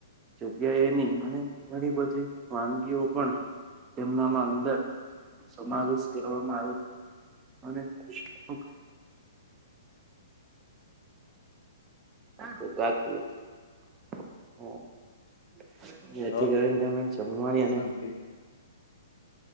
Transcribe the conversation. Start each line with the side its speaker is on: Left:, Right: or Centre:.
Right: જગ્યા એની અને ઘણી બધી વાનગીઓ પણ તેમના માં અંદર સમાવેશ કરવામાં આવે છે, અને ઓકે <unintelligible> જેથી
Left: હ
Right: કરીને તમને જમવાની
Left: બસ
Right: અને
Left: શાંતિ